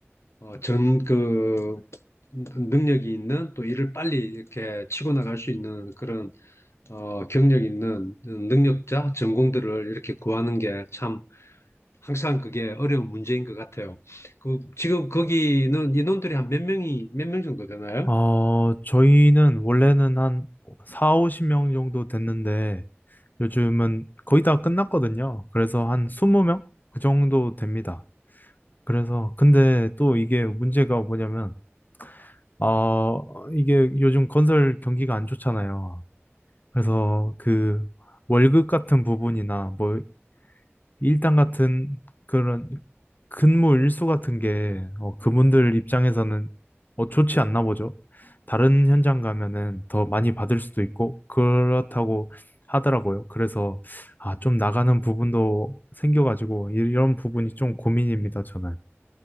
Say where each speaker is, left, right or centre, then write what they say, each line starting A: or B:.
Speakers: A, on the left (about 75°); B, on the left (about 40°).
A: 어, 전 그, 능력이 있는 또 일을 빨리 이렇게 치고 나갈 수 있는 그런, 어, 경력 있는 능력자, 전공들을 이렇게 구하는 게 참, 항상 그게 어려운 문제인 것 같아요. 그, 지금 거기는 인원들이 한 몇 명이, 몇 명 정도 되나요?
B: 어, 저희는 원래는 한 4, 50명 정도 됐는데 요즘은 거의 다 끝났거든요. 그래서 한 20명? 그 정도 됩니다. 그래서 근데 또 이게 문제가 뭐냐면 아, 이게 요즘 건설 경기가 안 좋잖아요. 그래서 그 월급 같은 부분이나 뭐 일당 같은 그런 근무 일수 같은 게 어, 그분들 입장에서는 어, 좋지 않나 보죠. 다른 현장 가면은 더 많이 받을 수도 있고 그렇다고 하더라고요. 그래서 아, 좀 나가는 부분도 생겨가지고 이런 부분이 좀 고민입니다, 저는.